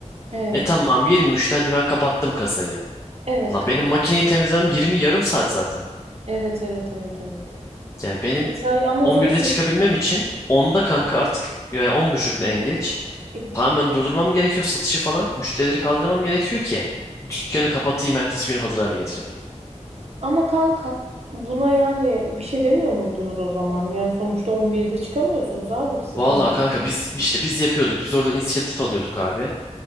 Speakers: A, on the right; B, on the left.
A: He.
B: E tamam 23'te hadi ben kapattım kasayı.
A: Evet
B: Lan
A: kanka.
B: benim makineyi temizlemem 20 yarım saat zaten.
A: Evet evet evet evet.
B: Yani benim
A: Mesai ama
B: 11'de
A: o zaman
B: çıkabilmem için 10'da kanka artık ya 10.30'da en geç.
A: E,
B: Tamamen durdurmam gerekiyor satışı falan. Müşterileri kaldırmam gerekiyor ki dükkanı kapatayım ertesi gün hazır hale getirebileyim.
A: ama kanka buna yani bir şey demiyor muydunuz o zaman? Yani sonuçta 11'de çıkamıyorsunuz abi siz
B: Vallahi
A: mesela
B: kanka biz işte biz yapıyorduk. Biz orada inisiyatif alıyorduk abi.